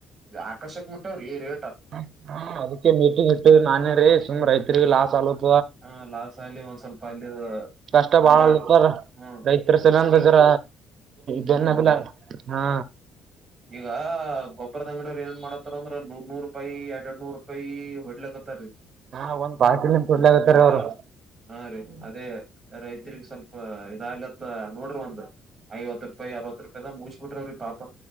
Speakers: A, on the right (about 15°); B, on the right (about 45°).
A: ಆಕರ್ಷಕ್ ಮುಟ್ಟೆವ್ರಿ ರೇ
B: ಹ್ಮ ಅದಕ್ಕೆ ಮೀಟಿಂಗ್ ಇಟ್ಟ ನಾನೇ ರೀ ಸುಮ್ ರೈತರಿರಿಗೆ ಲಾಸ್ ಆಲೋದ
A: ಹ ಲಾಸ್ ಅಲ್ಲಿ ಒಂದ್ ಸ್ವಲ್ಪ ಅಲ್ಲಿ
B: ಕಷ್ಟ ಬಾಳರ್
A: ಒಂದ್ ಎರಡು ಹ್ಮ್
B: ರೈತರ ಸಲಂದ
A: ಈಗ
B: ಜರ ಬೆನ್ನಲ್ಲ
A: ಹ್ಮ್
B: ಹಾ
A: ಈಗ ಗೊಬ್ಬರದ ಅಂಗಡವರು ಏನ್ ಮಾಡತಾರಂದ್ರ ನೂರ್ ನೂರ್ ರೂಪಾಯಿ ಎರಡ್ ಎರಡ್ ನೂರ್ ರೂಪಾಯಿ ಹೊಡ್ಲಕತ್ತೀ
B: ಹಾ ಒಂದ್ ಬಾಕಿಲ್ ನಿಮ್ ಕೊಡ್ಲಾಗತ್ತಾರ
A: ಒಂದ ಸ್ವಲ್ಪ
B: ಅವ್ರು
A: ಹಾ ರೀ ಅದೇ ರೈತರಿಗೆ ಸ್ವಲ್ಪ ಇದಾಗ್ಲತ್ತ ನೋಡ್ರಿ ಒಂದ್ ಐವತ್ತು ರೂಪಾಯಿ ಅರವತ್ತು ರೂಪಾಯಿದಾಗ ಮುಗಿಸ ಬಿಟ್ರವ್ರೀ ಪಾಪ